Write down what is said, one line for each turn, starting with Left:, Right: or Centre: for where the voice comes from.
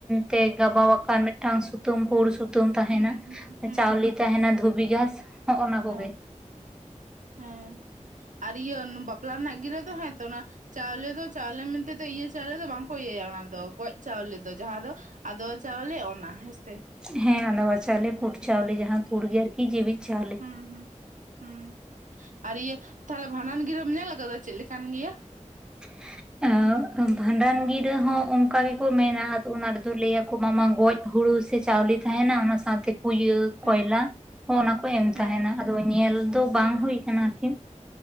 Centre: ᱛᱮ ᱜᱟᱵᱟᱣ ᱟᱠᱟᱱ ᱢᱤᱫᱴᱟᱝ ᱥᱩᱛᱟᱹᱢ ᱯᱩᱲ ᱥᱩ ᱛᱟᱹᱢ ᱛᱟᱦᱮᱱᱟ,
Right: ᱦᱩᱸ ᱦᱩᱸ ᱦᱩᱸ
Centre: ᱪᱟᱣᱞᱮ ᱛᱟᱦᱮᱱᱟ ᱫᱷᱩᱹᱵᱤ ᱜᱷᱟᱥ ᱦᱚᱸᱜ-ᱚ ᱱᱟ ᱠᱚᱜᱮ᱾
Right: ᱦᱮᱸ
Centre: <inaudible>
Right: ᱦᱮᱸ ᱟᱨ ᱤᱭᱟᱹ ᱵᱟᱯᱞᱟ ᱨᱮᱱᱟᱜ ᱜᱤᱨᱟᱹ ᱫᱚ ᱦᱮᱸ ᱛᱚ ᱚᱱᱟ ᱪᱟᱣᱞᱮ ᱫᱚ ᱪᱟᱣᱞᱮ ᱢᱮᱱᱛᱮ ᱫᱚ ᱤᱭᱟᱹ ᱪᱟᱣᱞᱮ ᱫᱚ ᱵᱟᱝᱠᱚ ᱤᱭᱟᱹᱭᱟ ᱚᱱᱟ ᱫᱚ ᱜᱚᱡ ᱪᱟᱣᱞᱮ ᱫᱚ, ᱡᱟᱦᱟᱸ ᱫᱚ ᱟᱫᱚᱣᱟ ᱪᱟᱣᱞᱮ ᱚᱱᱟ, ᱦᱮᱸ ᱥᱮ?
Centre: ᱦᱮᱸ ᱟᱸᱫᱣᱟ ᱪᱟᱣᱞᱮ ᱯᱩᱰ ᱪᱟᱣᱞᱮ ᱡᱟᱦᱟᱸ ᱯᱩᱲ ᱜᱮ ᱟᱨᱠᱤ ᱡᱤᱣᱤᱫ ᱪᱟᱣᱞᱮ᱾
Right: ᱦᱩᱸ ᱦᱩᱸ, ᱦᱩᱸ ᱟᱨ ᱤᱭᱟᱹ ᱛᱟᱦᱞᱮ ᱵᱷᱟᱸᱰᱟᱱ ᱜᱤᱨᱟᱹᱢ ᱧᱮᱞ ᱟᱠᱟᱫᱟ ᱪᱮᱫ ᱞᱮᱠᱟᱱ ᱜᱮᱭᱟ?
Centre: <inaudible> ᱮᱸ ᱵᱷᱟᱸᱰᱟᱱ ᱜᱤᱨᱟᱹ ᱦᱚᱸ ᱚᱱᱠᱟ ᱜᱮᱠᱚ ᱢᱮᱱᱟ ᱟᱫᱚ ᱚᱱᱟ ᱨᱮᱫᱚ ᱞᱟᱹᱭᱟ ᱠᱚ ᱵᱟᱝᱢᱟ ᱜᱚᱡ ᱦᱩᱲᱩ ᱥᱮ ᱪᱟᱣᱞᱤ ᱛᱟᱦᱮᱱᱟ ᱚᱱᱟ ᱥᱟᱶᱛᱮ ᱠᱩᱭᱟᱹ ᱠᱚᱭᱞᱟ
Right: ᱦᱮᱸ
Centre: ᱦᱚᱸ ᱚᱱᱟ ᱠᱚ ᱮᱢ
Right: ᱦᱮᱸ
Centre: ᱛᱟᱦᱮᱱᱟ, ᱟᱫᱚ ᱧᱮᱞ ᱫᱚ ᱵᱟᱝ ᱦᱩᱭ ᱟᱠᱟᱱᱟ ᱟᱨᱠᱤ ᱾